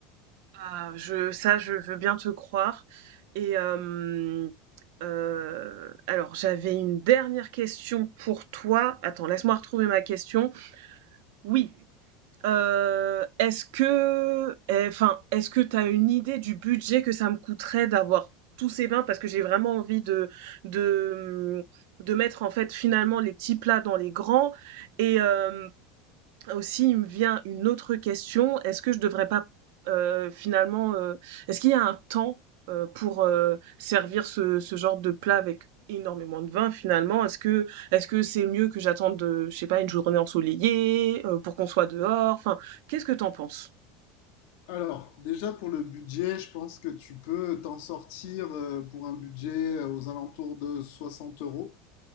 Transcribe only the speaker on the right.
ah, je, ça, je veux bien te croire. Et euh, euh, alors, j'avais une dernière question pour toi. Attends, laisse-moi retrouver ma question. Oui. Heu, est-ce que eh, enfin, est-ce que t'as une idée du budget que ça me coûterait d'avoir tous ces vins? Parce que j'ai vraiment envie de de, mmh, de mettre, en fait, finalement, les petits plats dans les grands et hem aussi, il me vient une autre question. Est-ce que je devrais pas euh, finalement, euh, est-ce qu'il y a un temps euh, pour euh, servir ce, ce genre de plat avec énormément de vin finalement? Est-ce que est-ce que c'est mieux que j'attende, euh, je sais pas, une journée ensoleillée euh, pour qu'on soit dehors? Enfin, qu'est-ce que t'en penses?